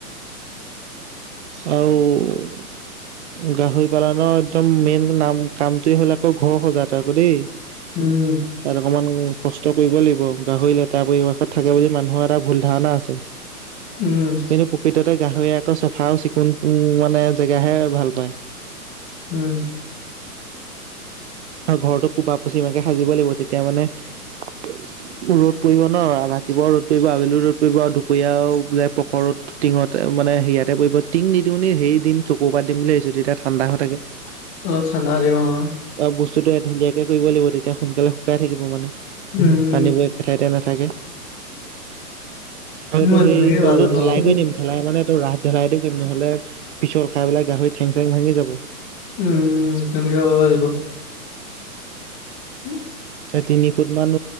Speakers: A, on the right; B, on the left.
A: আও - গাহৰি পালনৰ একদম মেইন নাম কামটোৱে হ'লে আকৌ ঘৰ সজাটো আকৌ দেই।
B: উম
A: তাত অকমান কষ্ট - কৰিব লাগিব গাহৰি লেটাৰ পৰিৱেশত থাকে বুলি মানুহৰ এটা ভুল ধাৰণা আছে।
B: উম
A: কিন্তু প্ৰকৃততে গাহৰি আক চফা আও চিকুণ মানে জেগাহে ভাল পায়।
B: উম।
A: আৰু ঘৰতো পুৰ্বা পশ্চিম কৈ এনেকৈ সাজিব লাগিব তেতিয়া মানে - ৰ'দ পৰিব ন ৰাতিপুৱাও ৰ'দ পৰিব আবেলি ৰ'দ পৰিব আৰু দুপৰীয়াও বোলে পখৰ ৰ'দ। টিঙত মানে হেইয়াতে পৰিব টিং নিদিওঁ নি হেৰি দিম টকুৰৰ পাত দিম ভাবিছো তেতিয়া ঠাণ্ডা হৈ থাকে। <unintelligible>
B: অলপ ঠাণ্ডা হৈ থাকিব অ।
A: অ বস্তুটো এ ধুনীয়াকে কৰিব লাগিব তেতিয়া সোনকালে শুকাই থাকিব মানে।
B: উম
A: পানীবোৰ একে ঠাইতে নাথাকে আৰু এইটো
B: মই
A: সেই
B: তেনেকে
A: তলতো
B: ভাল
A: ঢেলাই
B: পাওঁ
A: কৰি দিম ঢেলাই মানে এইটো ৰাস ঢেলাইটো কৰিম নহলে পিছল খাই পেলাই গাহৰি ঠেং চেং ভাগি যাব
B: উম, উম তেনেকে কৰিব দিব উ
A: সেই তিনি ফুট মান